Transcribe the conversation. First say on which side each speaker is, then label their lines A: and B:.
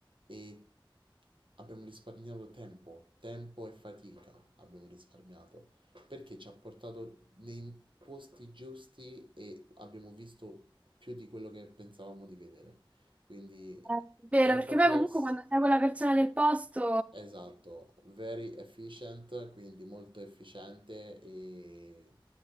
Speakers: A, on the right; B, on the right.
A: e abbiamo risparmiato tempo, tempo e fatica abbiamo risparmiato perché ci ha portato nei posti giusti e abbiamo visto più di quello che pensavamo di vedere. Quindi
B: È vero,
A: effortless.
B: perché poi comunque quando sei quella persona del posto,
A: Esatto, very efficient, quindi molto efficiente e,